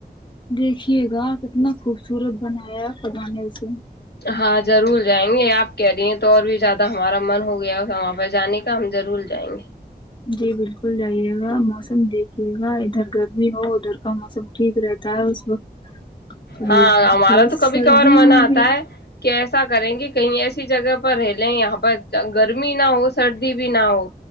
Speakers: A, on the left (about 25°); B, on the left (about 70°).
A: دیکھیے گا کتنا خوبصورت بنایا ہے خدا نے اسے
B: ہاں ضرور جائیں گے آپ کہہ رہی ہیں تو اور بھی زیادہ ہمارا من ہو گیا وہاں پہ جانے کے تو ہم ضرور جائیں گے
A: جی بالکل جائیے گا موسم دیکھیے گا ادھر گرمی ہو ادھر کا موسم ٹھیک رہتا ہے اس وقت جائیے
B: ہاں
A: گا
B: ہمارا
A: بس
B: تو کبھی
A: سردیوں
B: کبھار من
A: میں
B: آتا
A: بھی
B: ہے کہ ایسا کریں گے کہیں ایسی جگہ پر رہ لیں یہاں پر گرمی نہ ہو سردی بھی نہ ہو